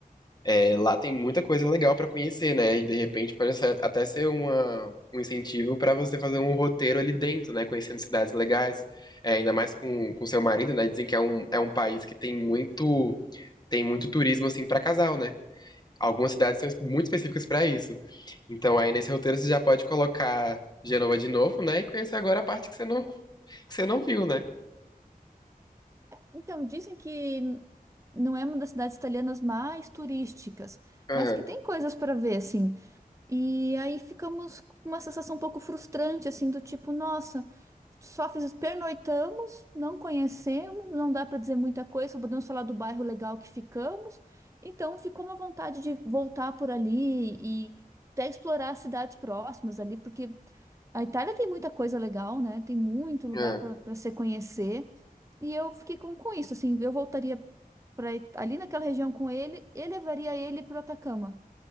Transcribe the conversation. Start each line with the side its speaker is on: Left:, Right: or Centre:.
Left: é, lá tem muita coisa legal pra conhecer, né? E de repente pode ser- até ser uma, um incentivo pra você fazer um roteiro ali dentro, né? Conhecendo cidades legais, é, ainda mais com com seu marido, né? Dizem que é um, é um país que tem muito tem muito turismo assim pra casal, né? Algumas cidades são muito específicas para isso. Então, aí nesse roteiro você já pode colocar Genova de novo, né? E conhecer agora a parte que você não, que você não viu, né?
Right: Então, dizem que não é uma das cidades italianas mais turísticas,
Left: Aham,
Right: mas que tem coisas para ver, assim. E aí ficamos com uma sensação um pouco frustrante, assim, do tipo, nossa, só fiz, pernoitamos, não conhecemos, não dá para dizer muita coisa, só podemos falar do bairro legal que ficamos. Então ficou uma vontade de voltar por ali e até explorar as cidades próximas ali, porque a Itália tem muita coisa legal, né? Tem muito lugar
Left: aham.
Right: para para se conhecer. E eu fiquei com, com isso, assim, eu voltaria pra ir ali naquela região com ele e levaria ele para o Atacama.